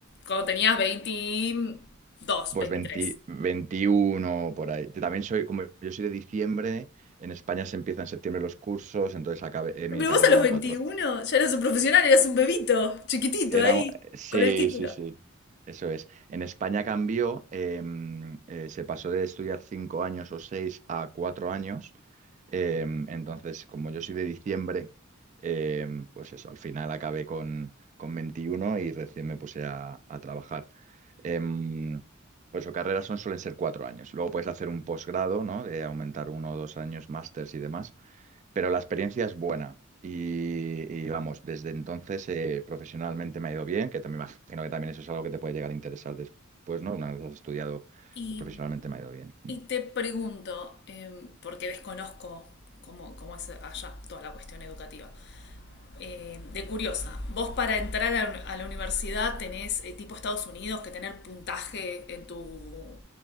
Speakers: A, on the left (about 55°); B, on the right (about 35°).
A: cuando tenías 22,
B: Pues
A: 23.
B: 20 21 por ahí. Yo también soy, como yo soy de diciembre, en España se empiezan en septiembre los cursos, entonces acabé, eh, mi
A: Pero
B: carrera
A: vos a los
B: eran
A: 21
B: cuatro.
A: ya eras un profesional, eras un bebito, chiquitito
B: Era,
A: ahí,
B: sí,
A: con el título.
B: sí, sí, eso es. En España cambió, eh, eh, se pasó de estudiar cinco años o seis a cuatro años. eh, entonces, como yo soy de diciembre, eh, pues eso, al final acabé con, con 21 y recién me puse a, a trabajar em, pues o carreras son, suelen ser cuatro años. Luego puedes hacer un posgrado, ¿no? De aumentar uno o dos años, másters y demás. Pero la experiencia es buena. Y, y, vamos, desde entonces eh, profesionalmente me ha ido bien, que también me imagino que también eso es algo que te puede llegar a interesar después, ¿no? Una vez has estudiado,
A: Y,
B: eh, profesionalmente me ha ido bien.
A: y te pregunto, eh, porque desconozco cómo, cómo es allá toda la cuestión educativa. eh, de curiosa, vos para entrar a, a la universidad tenés eh, tipo Estados Unidos que tener puntaje en tu